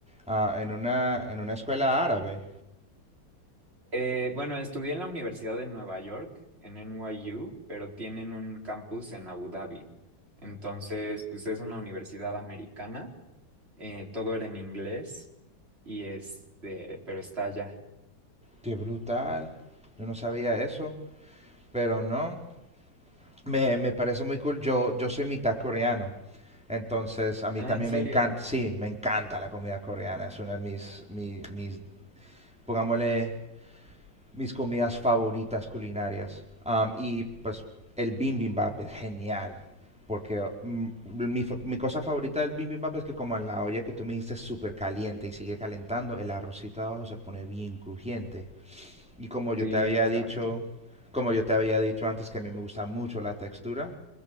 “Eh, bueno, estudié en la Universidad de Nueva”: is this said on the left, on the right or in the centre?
Right